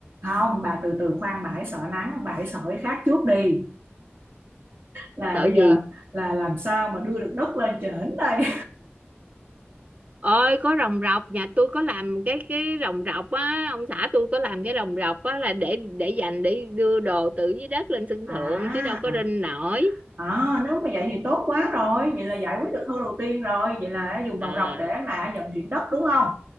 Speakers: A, on the right; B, on the right.
A: không bà từ từ khoan bà hãy sợ nắng bà hãy sợ cái khác trước đi là
B: sợ
A: bây giờ
B: gì
A: là làm sao mà đưa được đất lên trển đây
B: ơi có rồng rọc nhà tôi có làm cái cái rồng rọc á ông xã tôi có làm cái rồng rọc á là để để dành để đưa đồ từ dưới đất lên sân
A: à
B: thượng chứ đâu có rinh nổi
A: à nếu mà vậy thì tốt quá rồi vậy là giải quyết được khâu đầu tiên rồi vậy là dùng vòng
B: à
A: rọc để mà vận chuyển đất đúng không